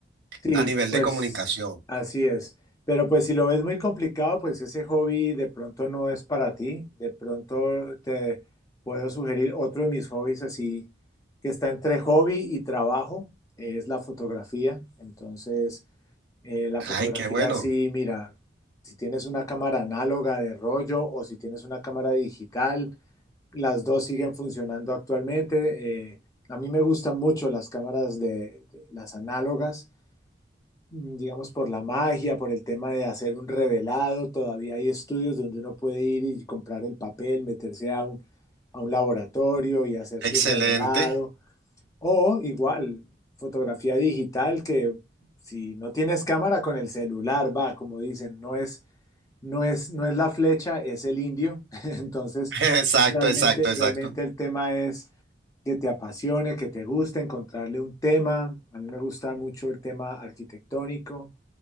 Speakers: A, on the left; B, on the right.
A: Sí,
B: a nivel
A: pues
B: de comunicación.
A: así es. Pero pues si lo ves muy complicado, pues ese hobby de pronto no es para ti. De pronto te puedo sugerir otro de mis hobbies así que está entre hobby y trabajo, es la fotografía. Entonces, eh, la
B: Ay,
A: fotografía
B: qué bueno,
A: sí, mira, si tienes una cámara análoga de rollo o si tienes una cámara digital, las dos siguen funcionando actualmente. Eh, a mí me gustan mucho las cámaras de de- las análogas mm, digamos, por la magia, por el tema de hacer un revelado. Todavía hay estudios donde uno puede ir y comprar el papel, meterse a un, a un laboratorio y hacer
B: excelente.
A: su revelado. O igual, fotografía digital que si no tienes cámara con el celular, va, como dicen, no es, no es, no es la flecha, es el indio. <laughs> Entonces,
B: <laughs> Exacto,
A: realmente,
B: exacto, exacto.
A: realmente el tema es... que te apasione, que te guste, encontrarle un tema. A mí me gusta mucho el tema arquitectónico,